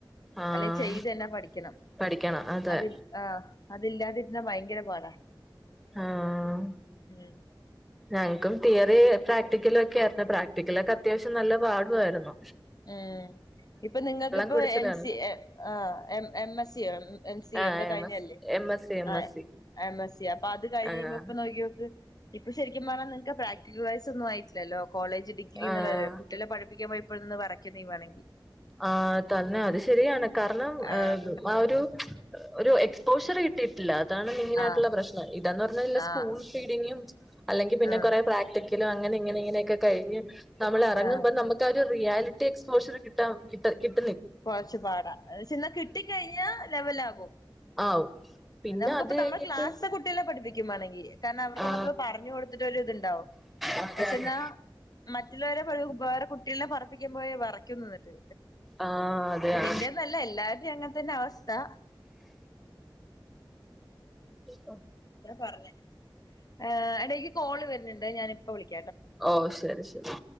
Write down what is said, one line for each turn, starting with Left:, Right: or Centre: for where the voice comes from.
Centre: ആഹ്
Left: അല്ലെ ചെയ്ത് തന്നെ പഠിക്കണം
Centre: പഠിക്കണം അതെ
Left: അതിൽ ആ അതില്ലാതിരുന്നാ ഭയങ്കര പാടാ
Centre: ആഹ്
Left: ഉം
Centre: ഞങ്ങക്കും തിയറി പ്രാക്ടിക്കല ഒക്കെ ആയിരുന്നു പ്രാക്ടിക്കല ഒക്കെ അത്യാവശ്യം നല്ല പാടുമായിരുന്നു
Left: ഉം ഇപ്പൊ നിങ്ങൾക്ക് ഇപ്പോ
Centre: കുടിച്ചതാണ്
Left: എം സ ആ എം എസ് സ എം സ
Centre: ആഹ്
Left: എന്താ കഴിഞ്ഞല്ലേ
Centre: എം എസ് എം എസ് സി എം
Left: ആ
Centre: എസ് സി
Left: എം എസ് സ അപ്പൊ അത് കഴിഞ്ഞ്
Centre: ആഹ്
Left: കഴിയുമ്പോ ഇപ്പൊ നോക്കിോക്ക് ഇപ്പൊ ശരിക്കും പറഞ്ഞണം നിങ്ങക്ക് പ്രാക്ടിക്കൽ വൈസ് ഒന്നുംയിട്ടില്ലല്ലോ കോളേജ് ഡിഗ്രി എന്നുള്ളല്ല
Centre: ആഹ്
Left: കുട്ടളെ പഠിപ്പിക്കാൻ ഇന്ന് പറം <unintelligible>
Centre: ആ തന്നെ അത് ശരിയാണ് കാരണം
Left: ആഹ്
Centre: ആ ഒരു ഒരു എക്സ്പോഷർ കിട്ടി ട്ടില്ല അതാണ് മെയിനായിട്ടുള്ള
Left: ആഹ്
Centre: പ്രശ്നം ഇതാന്ന് പറഞ്ഞ സ്കൂൾ
Left: ആഹ്
Centre: ഫീഡിങ്ങും അല്ലെങ്കിൽ പിന്നെ
Left: ആഹ്
Centre: കുറെേ പ്രാക്ടിക്കലും അങ്ങനെ ഇങ്ങനെ ഇങ്ങനെയൊക്കെ കഴിഞ്ഞ് നമ്മളെറങ്ങ്മ്പം
Left: ആഹ്
Centre: നമ്മക്കരു റിയാൽറ്റി എക്സ്പോഷ ട്ടാൻ കിട് കിട്
Left: കൊർച്ചു പാടാ അയിച്ച് ന്നാ കിട്ടിക്കഴിഞ്ഞാ ലെവലാകും
Centre: ആവും പിന്നെ
Left: നമുക്കിപ്പം
Centre: അത്
Left: നമ്മൾ
Centre: കഴിഞ്ഞിട്ട്
Left: ക്ലാസ്ത്തെ കുട്ടികളെ പഠിപ്പിക്കും പ്ണങ്കി കാരണം അവർക്ക്
Centre: ആ
Left: ന്നമ്മൾ പറഞ്ഞു കൊടുത്തിട്ടൊരുത്ണ്ടാവും
Centre: അതെ
Left: പക്ഷെന്നാ
Centre: അതെ
Left: മറ്റുള്ളവരെ പോലെ വെറെ കുട്ട്യാളെ പറപ്പിക്കുമ്പോയേ വെറയ്ക്കുംന്നിട്ട്
Centre: ആ അതെ ആ
Left: നിന്റെന്നെല്ല എല്ലാരുടെയും അങ്ങതന്നെവസ്ഥ
Centre: ആ
Left: ഞ പറഞ്ഞേ ആ ഇടക്ക് കോള് വരുന്നുണ്ട് ഞാ ഇപ്പോ വിളിക്കാം
Centre: ഓ ശരി ശരി